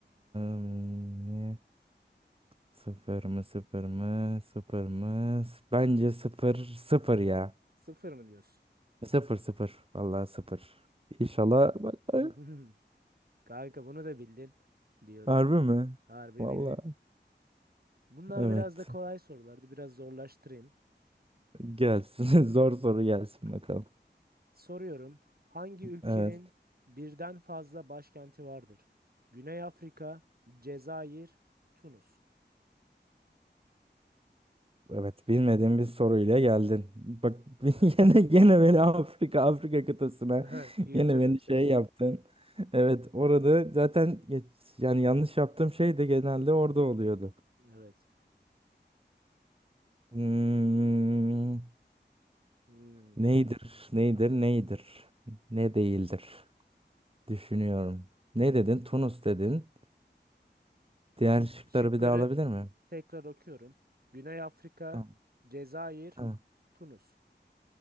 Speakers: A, on the right; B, on the right.
A: mi? Sıfır mı? Sıfır mı? Sıfır mı? S- Bence sıfır. Sıfır ya.
B: Sıfır mı diyorsun?
A: Sıfır sıfır. Vallahi sıfır. İnşallah. Vallahi.
B: <laughs> Kanka bunu da bildin diyorum.
A: Harbi mi?
B: Harbi
A: Vallahi.
B: bildin. Bunlar
A: Evet.
B: biraz da kolay sorulardı. Biraz zorlaştırayım.
A: Gelsin. <laughs> Zor soru gelsin
B: Hı.
A: bakalım.
B: Soruyorum. Hangi ülkenin
A: Evet.
B: birden fazla başkenti vardır? Güney Afrika, Cezayir, Tunus.
A: Evet, bilmediğim bir soruyla geldin. Bak <laughs>
B: Hadi.
A: yine yine beni Afrika Afrika kıtasına
B: <laughs>
A: <laughs>
B: Götürdüm
A: yine beni
B: seni.
A: şey yaptın. Evet, orada zaten geç, yani yanlış yaptığım şey de genelde orada oluyordu.
B: Evet.
A: Hmm,
B: Hmm.
A: neydir? Neydir? Neydir? Ne değildir? Düşünüyorum. Ne dedin? Tunus dedin. Diğer
B: Şık,
A: şıkları
B: şıkları
A: bir daha alabilir miyim?
B: tekrar okuyorum. Güney Afrika,
A: Tamam,
B: Cezayir,
A: tamam.
B: Tunus.